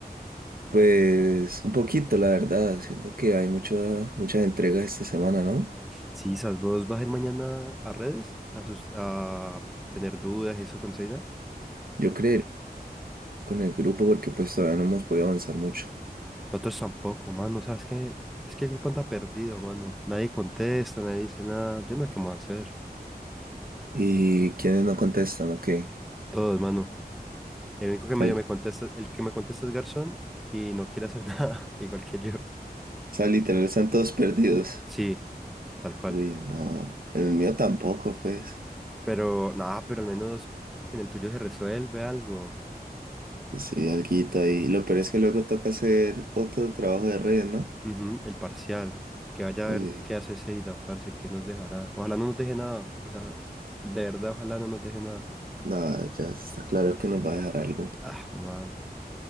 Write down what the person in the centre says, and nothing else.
Sí, esas vos vas a ir mañana a redes a, sus- a tener dudas y eso con Seida.
Nosotros tampoco, mano. ¿Sabes qué? Es que el grupo anda perdido, mano. Nadie contesta, nadie dice nada. Yo no sé qué vamos a hacer.
Todos, mano. El único que
medio me contesta, el que me contesta es Garzón y no quiere hacer <laughs> nada, igual que yo.
Sí, tal cual.
Pero nada, pero al menos en el tuyo se resuelve algo.
Ujú, el parcial. Que vaya
a ver qué hace Seida, parce, qué nos dejará. Ojalá no nos deje nada. O sea, de verdad, ojalá no nos deje nada.
Ah, mano.